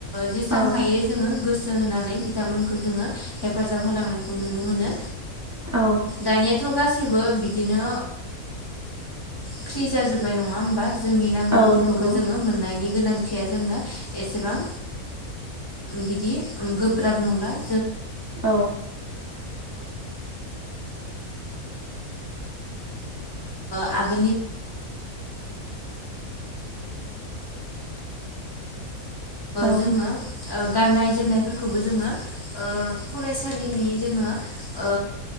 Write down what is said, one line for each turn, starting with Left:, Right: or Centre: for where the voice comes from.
Left: जेसेबां
Right: औ
Left: ओ हायो जोङो गोसो होनानै बिथांमोनखौ जोङो हेफाजाब होलांनायखौ नुनो मोनो
Right: औ
Left: दानिया थ' गासैबो बिदिनो फ्रि जाजोबबाय नङा होमबा जोंनि नांगौफोरखौबो
Right: औ नंगौ
Left: जोङो मोननायनि गोनांथिया जोंनो एसेबां बिदि गोब्राब नंला <inaudible>
Right: औ
Left: <inaudible> <inaudible> ओ
Right: औ
Left: जोङो ओ गाननाय जोमनायफोरखौबो जोङो ओ फरायसालिनि जोङो ओ